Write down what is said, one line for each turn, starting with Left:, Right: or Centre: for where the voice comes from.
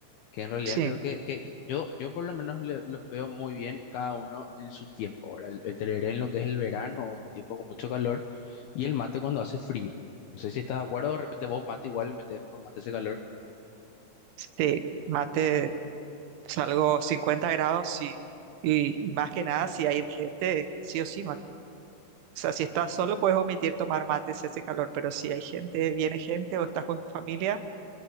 Left: que en realidad
Right: sí,
Left: creo que, que yo, yo por lo menos le- los veo muy bien cada uno en su tiempo. Ahora, el, el tereré en lo que es el verano, o en tiempo con mucho calor, y el mate cuando hace frío. No sé si estás de acuerdo, de repente vos mate igual metés por más que hace calor.
Right: sí. Mate, salgo 50 grados, sí. Y, y más que nada, si hay gente, sí o sí, mate. O sea, si estás solo, puedes omitir tomar mate si hace calor, pero si hay gente, viene gente o estás con tu familia,